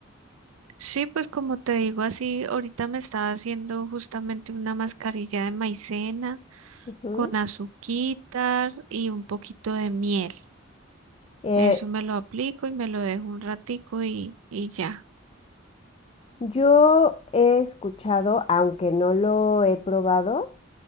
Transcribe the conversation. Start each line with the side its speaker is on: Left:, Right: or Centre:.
Right: Sí, pues como te digo así, ahorita me estaba haciendo justamente una mascarilla de maicena
Left: Ujú.
Right: con azuquitar y un poquito de miel.
Left: Eh,
Right: Eso me lo aplico y me lo dejo un ratico y, y ya.
Left: yo he escuchado, aunque no lo he probado,